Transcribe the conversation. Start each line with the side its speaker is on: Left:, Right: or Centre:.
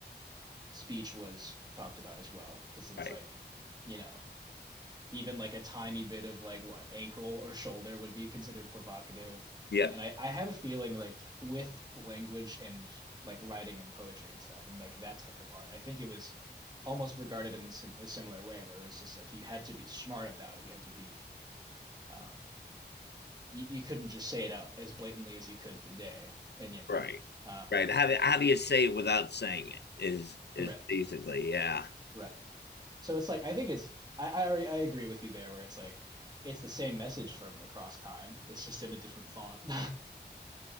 Right: speech was talked about as well, because it's
Left: right.
Right: like, you know, even like a tiny bit of like what ankle or shoulder would be considered provocative.
Left: Yep,
Right: And I, I have a feeling like with language and like writing and poetry and stuff and like that type of art, I think it was almost regarded in the sim a similar way where it was just like you had to be smart about it. You had to be um you, you couldn't just say it out as blatantly as you could today. And you know,
Left: right.
Right: um
Left: Right. How do how do you say it without saying it? Is
Right: correct.
Left: is basically, yeah.
Right: Right. So it's like I think it's I I, already, I agree with you there where it's like it's the same message from across time. It's just in a different font. <laughs>